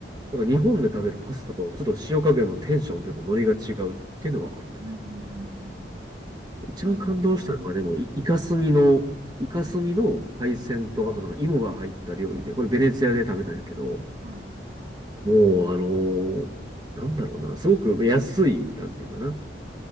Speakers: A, on the right; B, on the right.
A: なんか日本で食べるパスタとちょっと塩加減のテンションというかノリが違うっていうのはあったね。
B: うん。うん。うんうん
A: 一番感動したのはでも、
B: いいな。
A: イイカスミの、イカスミの海鮮と、
B: うん。うん。
A: あとなんか芋が入った料理で、これベネツィアで食べたんやけど、
B: はい。
A: もう、あのーなんだろうな、すごく安い、なんていうかな、